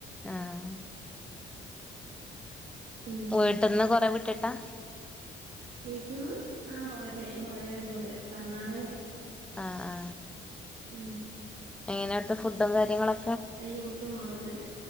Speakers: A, in the centre; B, on the right.
A: ആഹ്
B: പിന്നെ
A: വീട്ട്ന്ന് കൊറെ വിട്ട്ട്ടാ
B: വീട്ട്ന്ന് ആ കൊറെക്കയി കൊറെ ദൂരെ കർണാടകയാ
A: ആഹ് ആ
B: ഉം
A: എങ്ങനെവ്ട്ത്തെ ഫുഡും കാര്യങ്ങളൊ
B: അയീ ഒട്ടും കൊളത്തില്ല